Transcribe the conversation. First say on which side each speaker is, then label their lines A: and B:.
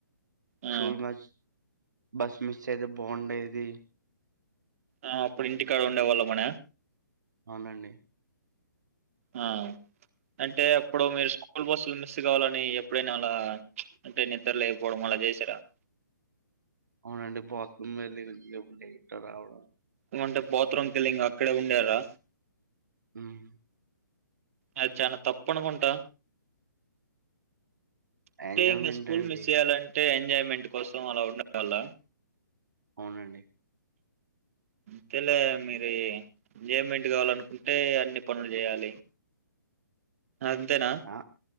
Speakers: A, on the right; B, on the right.
A: ఆ,
B: సూల్ మ బస్ మిస్ అయితే బాగుండేది
A: ఆ అప్పుడు ఇంటికాడ ఉండేవాళ్ళ మన
B: అవునండి
A: ఆ అంటే అప్పుడు మీరు స్కూ స్కూల్ బస్సులు మిస్ కావాలని ఎప్పుడైనా అలా అంటే నిద్దరు లేకపోవడం అలా చేసరా <inaudible>
B: అవునండి బాత్రూమ్ వెళ్ళి ఇటర్ రావడం
A: ఏమంటే బత్రూం కళ్లింగ్ అక్కడే ఉండారా
B: ఉమ్
A: అది చానా తప్ప అనుకుంటా అంటే
B: ఎంజాయ్మెంట్
A: ఇంక స్కూల్
B: అండి
A: మిస్ చేయాలంటే ఎంజాయ్మెంట్ కోసం అలా ఉండల
B: అవునండి
A: అంతేలే మీరు ఎంజాయ్మెంట్ కావాలనుకుంటే అన్ని పనులు చేయాలి అంతేనా
B: ఆ